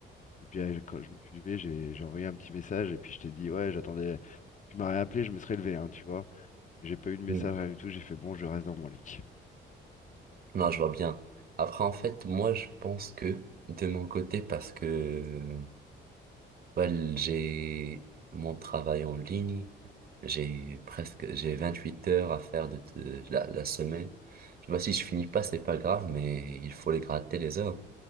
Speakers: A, on the left (about 40°); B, on the right (about 50°).
A: Et puis euh, quand je me suis levé, j'ai j'ai envoyé un petit message et puis je t'ai dit ouais, j'attendais. Tu m'aurais appelé, je me serais levé, hein, tu vois. J'ai pas eu de message,
B: Mm.
A: rien du tout. J'ai fait bon, je reste dans mon lit.
B: Non, je vois bien. Après, en fait, moi, je pense que, de mon côté, parce que Well, j'ai mon travail en ligne. J'ai presque, j'ai 28 heures à faire de, de- la, la semaine. Tu vois, si je finis pas, c'est pas grave, mais il faut les gratter les heures.